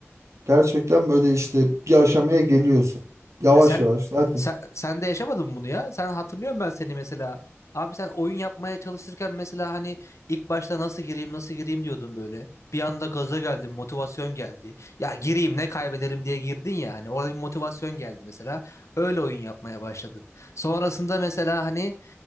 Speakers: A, on the right; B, on the left.
A: gerçekten böyle işte bir aşamaya geliyorsun. Yavaş
B: E sen,
A: yavaş zaten.
B: sen sen de yaşamadın mı bunu ya? Sen hatırlıyorum ben seni mesela. Abi sen oyun yapmaya çalışırken mesela hani ilk başta nasıl gireyim nasıl gireyim diyordun böyle. Bir anda gaza geldin, motivasyon geldi. Ya gireyim ne kaybederim diye girdin ya hani orada bir motivasyon geldi mesela. Öyle oyun yapmaya başladın. Sonrasında mesela hani